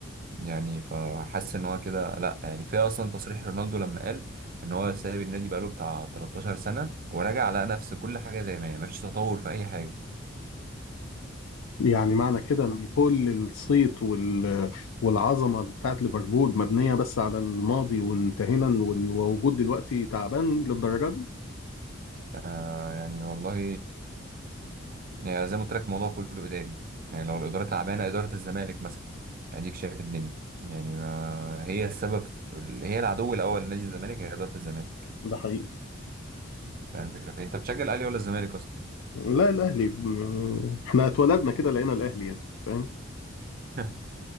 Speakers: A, on the right; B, on the left.
A: يعني فحاسس إن هو كده لأ يعني كفاية أصلا تصريح رونالدو لما قال إن هو ساب النادي بقاله بتاع 13 سنة ورجع لقى نفس كل حاجة زي ما هي مفيش تطور في أي حاجة
B: يعني معنى كده ان كل الصيت وال والعظمة بتاعت ليفربول مبنية بس على الماضي وانتهينا وال- ووجود دلوقتي تعبان للدرجة دي
A: آه يعني والله يعني زي ما قلت لك الموضوع كله اداري يعني لو الاداره تعبانه اداره الزمالك مثلا اديك شايف الدنيا يعني ما هي السبب هي العدو الاول لنادي الزمالك هي اداره الزمالك
B: ده حقيقي
A: فاهم الفكره فانت بتشجع الاهلي ولا الزمالك اصلا
B: لا الاهلي م- احنا اتولدنا كده لقينا الاهلي يعني فاهم
A: <laughs>